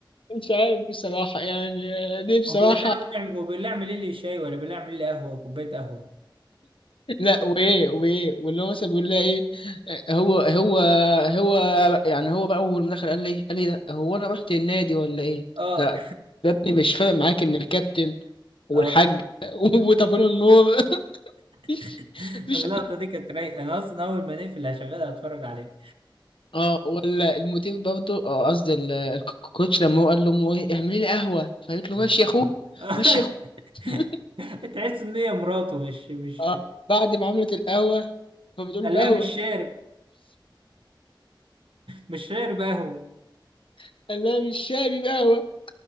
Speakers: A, on the left (about 85°); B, on the right (about 90°).
A: مش عارف بصراحة يعني آه، دي بصراحة
B: وبالله اعمل وبالله اعمل لي شاي ولا بالله اعمل لي قهوه كوبايه قهوه
A: لا وايه وايه واللي هو مثلا بيقول لها ايه هو هو هو يعني هو بقى اول ما دخل قال لي قال لي ده هو انا رحت النادي ولا ايه
B: اه
A: ده ده ابني مش فارق معاك ان الكابتن والحاج
B: اه
A: <laughs> وطفل النور <laughs>
B: <laughs>
A: مش مش
B: اللقطه دي كانت رايقه انا اصلا اول ما نقفل هشغلها اتفرج عليها
A: اه ولا المدير برضه اه قصدي ال- الكوتش لما هو قال لامه ايه اعملي لي قهوه فقالت له ماشي
B: آه،
A: يا اخويا
B: آه.
A: ماشي يا اخويا <laughs>
B: <laughs> تحس ان هي مراته مش مش
A: اه بعد ما عملت القهوه فبتقول
B: قال
A: له
B: لها
A: القهوه
B: مش شارب مش شارب قهوه
A: <laughs> قال لها مش شاي بيبقى قهوه